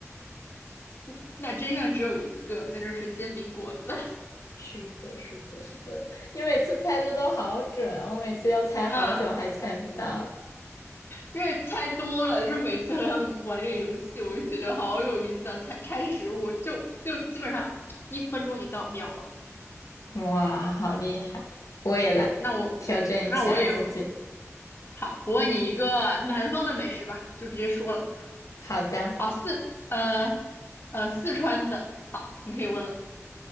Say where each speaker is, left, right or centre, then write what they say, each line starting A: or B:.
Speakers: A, on the left; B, on the left.
A: <laughs> 那真相只有一个，那就是煎饼果子。<laughs>
B: 是的，是的，是的，你每次猜的都好准，我每次要猜好久还猜不到。
A: 嗯因为猜多了，就是每次和他们玩这个游戏，我就觉得好有意思啊！猜猜食物，就就基本上一分钟一到，秒了。
B: 哇，好厉害！我也来挑战一下自己。
A: 那我那我也有好，我问你一个南方的美食吧，就直接说了。
B: 好的，
A: 好，四呃呃四川的，好，你可以问了。